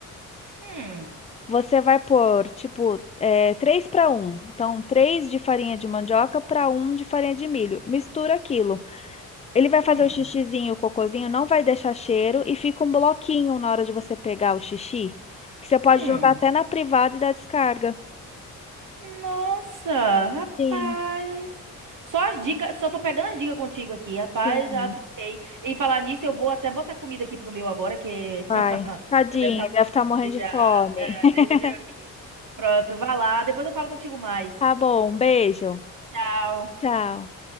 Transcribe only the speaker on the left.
Você vai pôr, tipo, é, 3 para um, Então, 3 de farinha de mandioca para um de farinha de milho. Mistura aquilo. Ele vai
fazer o xixizinho, o cocôzinho, não vai deixar cheiro e fica um bloquinho na hora de você pegar o xixi, que você pode
jogar até na privada e dar descarga.
Sim,
sim.
Vai.
Tadinho,
deve estar morrendo
de fome.
<laughs>
Tá bom, um beijo.
Tchau.